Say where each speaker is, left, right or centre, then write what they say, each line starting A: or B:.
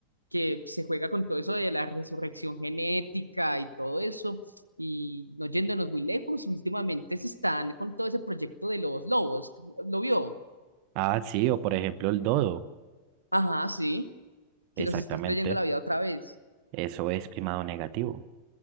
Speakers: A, on the right; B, on the right.
A: que se juega con todo eso de la resurrección genética y todo eso, y no yéndonos muy lejos, últimamente se están con todo ese proyecto de los lobos. ¿Lo vio?
B: Ah, sí, o por ejemplo el dodo.
A: Ajá, sí,
B: Exactamente.
A: que los están trayendo a la vida otra vez.
B: Eso es primado negativo.